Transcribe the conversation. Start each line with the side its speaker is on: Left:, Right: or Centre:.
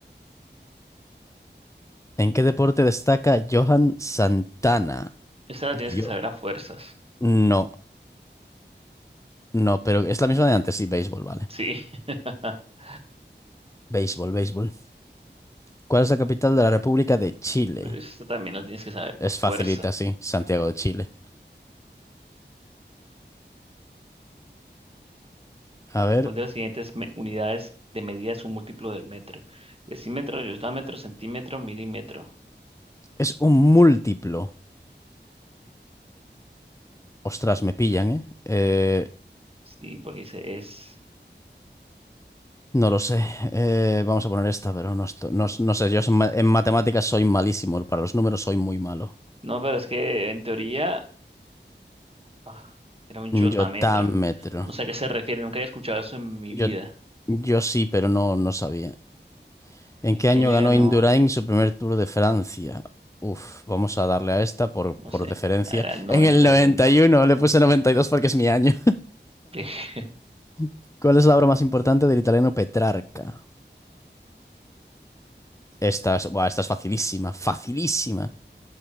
Left: ¿En qué deporte destaca Johan Santana?
Right: Esta la tienes
Left: Yo.
Right: que saber a fuerzas.
Left: No, no, pero es la misma de antes. Sí, béisbol, vale.
Right: Sí. <laughs>
Left: Béisbol, béisbol. ¿Cuál es la capital de la República de Chile?
Right: Esta también la tienes que saber
Left: Es
Right: por fuerza.
Left: facilita, sí. Santiago de Chile. A ver.
Right: ¿Cuál de las siguientes me- unidades de medida es un múltiplo del metro? Decímetro, metro, centímetro, milímetro.
Left: Es un múltiplo. Ostras, me pillan, ¿eh? Eh,
Right: Sí, porque se es.
Left: No lo sé. Eh, vamos a poner esta, pero no, esto- no, no sé. Yo soy ma- en matemáticas soy malísimo. Para los números soy muy malo.
Right: No, pero es que en teoría ah, era un yotametra.
Left: Yotámetro.
Right: No sé a qué se refiere, nunca he escuchado eso en mi
Left: Yo,
Right: vida.
Left: yo sí, pero no, no sabía. ¿En
Right: ¿En
Left: qué
Right: qué
Left: año
Right: año
Left: ganó
Right: ganó?
Left: Indurain su primer Tour de Francia? Uf, vamos a darle a esta por,
Right: No
Left: por
Right: sé,
Left: deferencia.
Right: ah, era el noventa
Left: En el 91.
Right: y uno
Left: le puse 92 porque es mi año.
Right: <laughs>
Left: <laughs> ¿Cuál es la obra más importante del italiano Petrarca? Esta es, buah, esta es facilísima, facilísima.